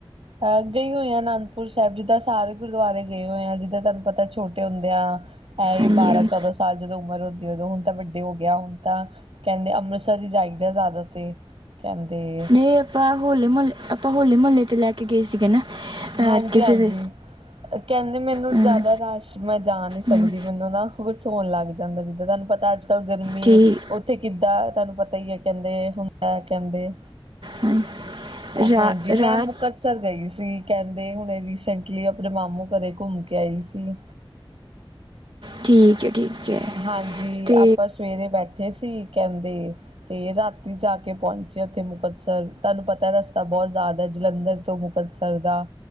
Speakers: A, on the right; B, on the right.
A: ਅਹ ਗਈ ਹੋਈ ਆ ਅਨੰਦਪੁਰ ਸਾਹਿਬ ਜਿੱਦਾਂ ਸਾਰੇ ਗੁਰਦੁਆਰੇ ਗਏ ਹੋਏ ਆ ਜਿੱਦਾਂ ਤੁਹਾਨੂੰ ਪਤਾ ਛੋਟ ਹੁੰਦਿਆਂ ਐ ਹੀ
B: ਹਾਂਜੀ
A: ਬਾਰਾਂ
B: ਹਾਂਜੀ
A: ਚੌਦਾਂ ਸਾਲ ਜਦੋਂ ਉਮਰ ਹੁੰਦੀ ਉਦੋਂ ਹੁਣ ਤਾਂ ਵੱਡੇ ਹੋ ਗਿਆ ਹੁਣ ਤਾਂ ਕਹਿੰਦੇ ਅੰਮ੍ਰਿਤਸਰ ਹੀ ਜਾਈਦਾ ਜ਼ਿਆਦਾ ਤੇ ਕਹਿੰਦੇ
B: ਇਹ ਆਪਾਂ ਹੋਲੇ ਮੁਹੱਲੇ ਆਪਾਂ ਹੋਲੇ ਮੁਹੱਲੇ ਤੇ ਲੈ ਕੇ ਗਏ ਸੀਗੇ ਨਾ ਤਾਂ
A: ਹਾਂਜੀ
B: ਕਰਕੇ
A: ਹਾਂਜੀ
B: ਫਿਰ
A: ਕਹਿੰਦੇ ਮੈਨੂੰ
B: ਹਾਂ,
A: ਜ਼ਿਆਦਾ ਰਸ਼ ਮੈਂ ਜਾ ਨਹੀਂੀ ਸਕਦੀ
B: ਹਾਂ,
A: ਮੈਨੂੰ ਨਾ ਕੁਛ ਹੋਣ ਲੱਗ ਜਾਂਦਾ ਜਿੱਦਾਂ ਤੁਹਾਨੂੰ ਪਤਾ ਅੱਜ ਗਰਮੀ
B: ਠੀਕ
A: ਉੱਥੇ ਕਿੱਦਾਂ ਤੁਹਾਨੂੰ ਪਤਾ ਹੀ ਹੈ ਕਹਿੰਦੇ ਹੁੰਦਾ ਕਹਿੰਦੇ
B: ਹਾਂਜੀ। ਰਾ-
A: ਹਾਂਜੀ ਮੈਂ
B: ਰਾਤ
A: ਮੁਕ ਗਈ ਸੀ ਕਹਿੰਦੇ ਹੁਣੇ ਰੀਸੈਂਟਲੀ ਆਪਣੇ ਮਾਮੂ ਘਰੇ ਘੁੰਮ ਕੇ ਆਈ ਸੀ
B: ਠੀਕ ਹੈ ਠੀਕ ਹੈ
A: ਹਾਂਜੀ
B: ਤੇ
A: ਆਪਾਂ ਸਵੇਰੇ ਬੈਠ ਥੇ ਸੀ ਕਹਿੰਦੇ ਤੇ ਰਾਤੀ ਜਾ ਕੇ ਪਹੁੰਚੇ ਉੱਥੇ ਮੁਕਤਸਰ ਤੁਹਾਨੂੰ ਪਤਾ ਰਸ ਬਹੁਤ ਜ਼ਿਆਦਾ ਜਲੰਧਰ ਤੋਂ ਮੁਕਤਸਰ ਦਾ